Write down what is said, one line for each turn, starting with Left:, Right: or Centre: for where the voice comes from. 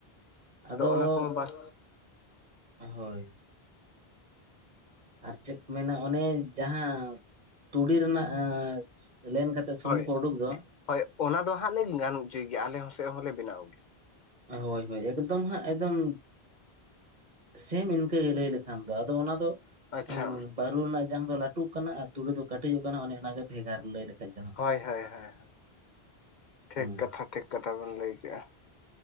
Right: ᱟᱫᱚ
Left: ᱚᱱᱟ ᱠᱚᱢᱟ ᱵᱟᱝ
Right: ᱦᱳᱭ᱾ ᱟᱨ ᱪᱮᱫ ᱠᱚ ᱢᱮᱱᱟ, ᱚᱱᱮ ᱡᱟᱦᱟᱸ ᱛᱩᱲᱤ ᱨᱮᱱᱟᱜ, ᱟᱸᱻ ᱞᱮᱱᱠᱟᱛᱮᱫ ᱥᱩᱱᱩᱢᱠᱩ
Left: ᱦᱳᱭ
Right: ᱩᱸᱰᱩᱠ ᱫᱚ᱾
Left: ᱦᱳᱭ, ᱚᱱᱟ ᱫᱚ ᱦᱟᱸᱜ ᱞᱮ ᱜᱟᱱ ᱦᱚᱪᱚᱭ ᱜᱮᱭᱟ ᱟᱞᱮ ᱦᱚᱸ ᱥᱮᱫ ᱦᱚᱸᱞᱮ ᱵᱮᱱᱟᱣ ᱜᱮᱭᱟ᱾
Right: ᱦᱳᱭ ᱦᱳᱭ ᱮᱠᱫᱚᱢ ᱦᱟᱸᱜ ᱮᱠᱫᱚᱢ ᱥᱮᱢ ᱤᱱᱠᱟᱹᱜ ᱜᱮ ᱞᱟᱹᱭ ᱞᱮᱠᱷᱟᱱ ᱫᱚ ᱟᱫᱚ ᱚᱱᱟ ᱫᱚ
Left: ᱟᱪᱪᱷᱟ
Right: ᱵᱟᱹᱨᱩ ᱨᱮᱱᱟᱜ ᱡᱟᱝ ᱫᱚ ᱞᱟᱹᱴᱩᱜ ᱠᱟᱱᱟᱼᱼ ᱛᱩᱲᱟᱹ ᱫᱚ ᱠᱟᱹᱴᱤᱡᱚᱜ ᱠᱟᱱᱟ ᱚᱱᱮ ᱚᱱᱟᱱᱟᱜᱮ ᱵᱷᱮᱜᱟᱨ ᱞᱟᱹᱭ ᱞᱮᱠᱷᱟᱡ ᱫᱚᱦ
Left: ᱦᱳᱭ ᱦᱳᱭ ᱦᱳᱭ ᱴᱷᱤᱠ
Right: ᱦᱩᱸ
Left: ᱠᱟᱛᱷᱟ ᱴᱷᱤᱠ ᱠᱟᱛᱷᱟ ᱵᱮᱱ ᱞᱟᱹᱭ ᱠᱮᱜᱼᱟ᱾